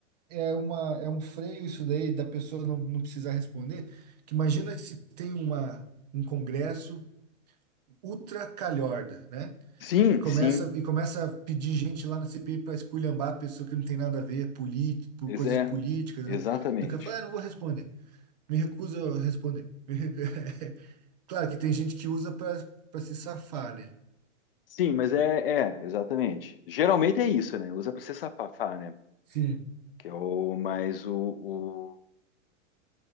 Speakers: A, on the right; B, on the left.
A: é uma, é um freio isso daí da pessoa não, não precisar responder. Que imagina que se tem uma, um congresso ultra calhorda, né?
B: Sim,
A: E começa,
B: sim.
A: e começa a pedir gente lá na CPI para esculhambar a pessoa que não tem nada a ver, politi- por
B: Ex-
A: coisas
B: É,
A: políticas,
B: exatamente.
A: né? Do que falar, ah, não vou responder. Me recuso a responder. Me recu- <laughs> Claro que tem gente que usa para para se safar, né?
B: Sim, mas é, é, exatamente. Geralmente é isso, né? Usa para se safar, né?
A: sim.
B: Que é o mais o, o-